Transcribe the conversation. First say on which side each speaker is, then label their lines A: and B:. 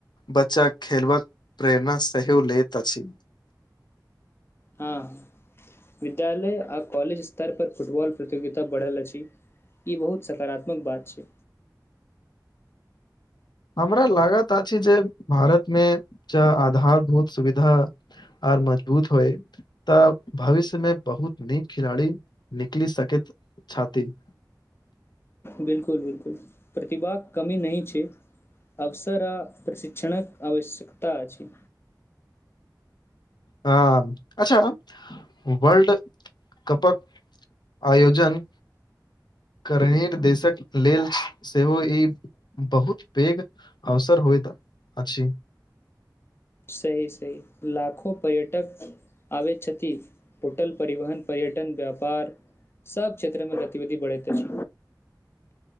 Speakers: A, on the left; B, on the left.
A: बच्चा खेलबाक प्रेरणा सेहो लैत अछि
B: हँ विद्यालय आ कॉलेज स्तर पर फुटबॉल प्रतियोगिता बढ़ल अछि ई बहुत सकारात्मक बात छै
A: हमरा लागत अछि जे भारत मे ज आधारभूत सुविधा आर मजबूत होय तऽ भविष्य मे बहुत नीक खिलाड़ी निकलि सकैत छथिन
B: बिलकुल बिलकुल प्रतिभा के कमी नहि छै अवसर आ प्रशिक्षणक आवश्यकता अछि
A: आ अच्छा वर्ल्ड कपक आयोजन करने देशक लेल सेहो ई बहुत पैघ अवसर होइत अछि
B: सहि सहि लाखो पर्यटक आ छथिति होटल परिवहन पर्यटन व्यापार सब क्षेत्र मे गतिविधि बढ़ैत अछि